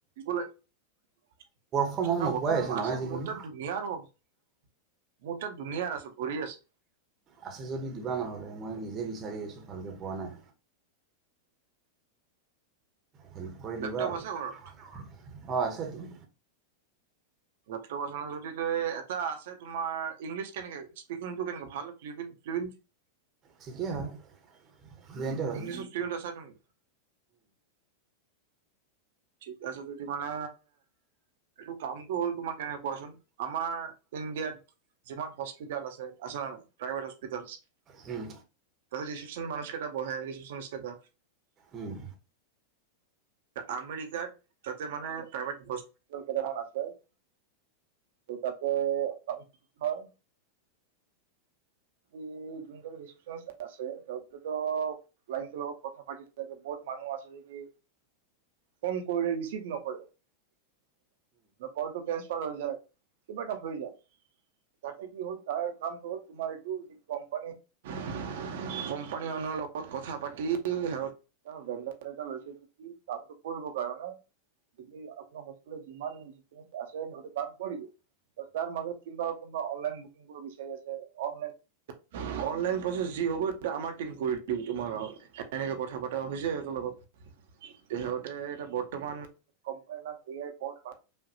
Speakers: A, on the right; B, on the right.
A: না ৱৰ্ক
B: ফ্ৰম হোম নোপোৱাই
A: ফ্ৰম
B: হৈছে
A: হোম
B: নহয়
A: আছে।
B: আজিকালি
A: মোৰ তাত দোনীয়াৰ মোৰ তাত দুনীয়াৰ আছে ভৰি আছে।
B: আছে যদি দিবা নহ'লে, মই নিজে বিচাৰি আছোঁ ভালকে পোৱা নাই। হেল্প কৰি
A: লেপটপ
B: দিবা আৰু
A: আছে ঘৰত
B: অ' আছে টো।
A: লেপটপ আচ যদি ত এটা আছে তোমাৰ ইংলিছ কেনেকে স্পিকিংটো কেনেকে ভাল ফ্লুৱেণট <inaudible>
B: ঠিকে হয়, ফ্লুৱেণটে হয়।
A: ইংলিছত ফ্লুৱেণ্ট আছা তুমি ঠিক আছে। যদি মানে এইটো কামটো হ'ল তোমাৰ কেনেকে কোৱাচোন আমাৰ ইণ্ডিয়াত যিমান হস্পিতেল আছে-আছে নে নাই প্ৰাইভেট হস্পিল।
B: উম।
A: তাতে ৰিচিপশনত মানস কেটা বহে, ৰিচিপশ্যনিষ্ট কেইটা।
B: উম
A: আমেৰিকাৰ তাতে মানে প্ৰাইভেট হ্প কেইটামান আছে সেই ততে ক হয় এই যোনকাল ু সং আছে সতো <unintelligible> লাইনৰ লগত কথা পাতি থাগে বহুত মানুহ আছে যেি ফোন কৰিলেচিভ নক কলটো্ৰসফাৰ হৈ যায় কিবা এটা হৈ যায় যাতে কি হ'ল তাৰ কামটো হল তোমাৰ কোম্পানী কোম্পানী মানুহৰ লগত কথা পাতি সিহঁত গোটা লৈছেটো কি কামটো কৰব কাৰণ যদি আপোনাৰ হেলত যিমান আছে সেই কাম কৰিব তাৰ মাজত কিা কোনোবা অনলাইন বুকিং কৰিব বিচাৰি আছে অনলাইন অনলাইন প্ৰচেছ যি হ'ব আমাৰ টম কৰি দিম তোমাৰ গাঁৱ এনেকে কথা পতা হৈছে সিহতৰ লগত সহঁতে এটা বৰ্তমান কোম্পানীৰ নাম এ আই বৰ্